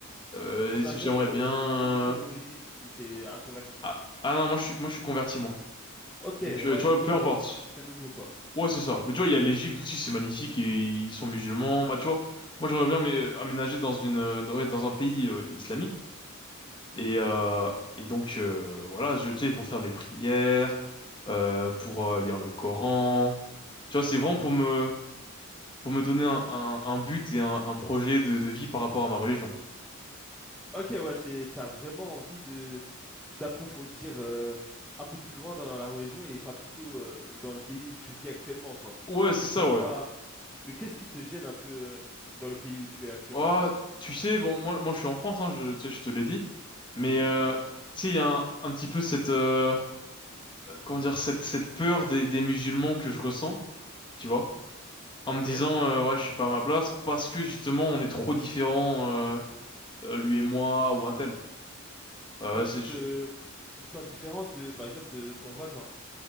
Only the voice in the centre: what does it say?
Le Maghreb,
euh,
t'es de quelle
origine? Ou t'es un converti?
Ok, ouais,
du
coup,
euh,
c'est très nouveau, quoi.
Hmm.
Ok, ouais, c'est, t'as vraiment envie de. d'approfondir euh, un peu plus loin dans la religion et pas plutôt euh, dans le pays où tu vis actuellement, quoi.
Tu
te sens
pas... Mais qu'est-ce qui te gêne un peu euh, dans le pays où tu es actuellement?
Oui,
ok.
Ouais,
tu te... tu te sens différent de, par exemple, de ton voisin.